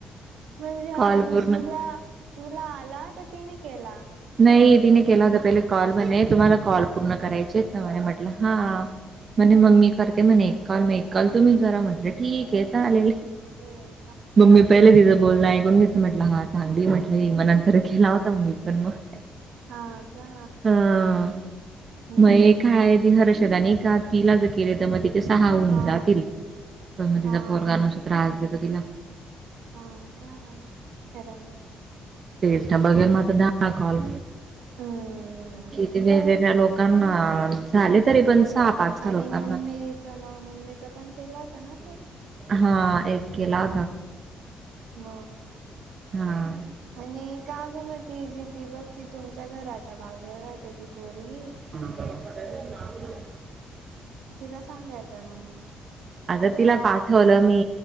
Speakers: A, on the right; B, on the right.
A: म्हणजे अनोन
B: कॉल पूर्ण
A: तुला ला तुला आला का तिने केला?
B: नाही तिने केला होता पहिले कॉल म्हणे तुम्हाला कॉल पूर्ण करायचे ना म्हणे म्हटलं हा. म्हणे म मी करते म्हणे एक काल मग एक काल तुम्ही करा म्हटलं ठीक आहे चालेल.
A: असय
B: मग मी पहिले तिज बोलन ऐकून घेत- म्हटलं हा चांगली म्हटलं मग नंतर केला होता मग मी पण मग <inaudible>
A: हा का?
B: हा
A: हम्म.
B: मग काय ती हर्षदा आणि एक काकीला जर केले तर मग ती सहा होऊन
A: हा.
B: जातील पण मग तिचा
A: हा.
B: पोरग नुसता त्रास देतो तिला
A: हा का खरां म <inaudible>
B: टट बघेल म <unintelligible> <inaudible> दाहा काॅल
A: हम्म
B: किती वेगवेगळ्या लोक कारण झाले तरी पण सहा पाच सहा
A: आणि
B: लोकांना.
A: मम्मीचा म मम्मीचा पण केला होता ना तो
B: हां एक कला
A: व
B: हा
A: आणि का गमती जि ती बघ त तुमच्या घराच्या बाजूला राहते ती पोरी
B: ह
A: तिला सांगायचा ना मग
B: अगं तिला पाठवलं मी